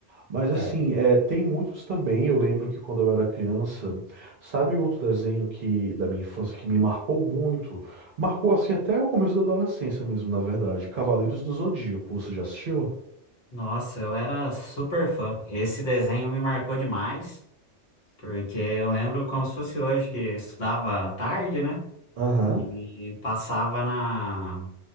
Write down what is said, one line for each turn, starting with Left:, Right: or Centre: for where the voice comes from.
Right: Mas assim,
Left: Certo.
Right: é, tem muitos também. Eu lembro que quando eu era criança, sabe outro desenho que da minha infância que me marcou muito? Marcou assim até o começo da adolescência mesmo, na verdade. Cavaleiros do Zodíaco, você já assistiu?
Left: nossa, eu era super fã. Esse desenho me marcou demais, porque eu lembro como se fosse hoje, que eu estudava à tarde, né?
Right: Aham.
Left: E passava na,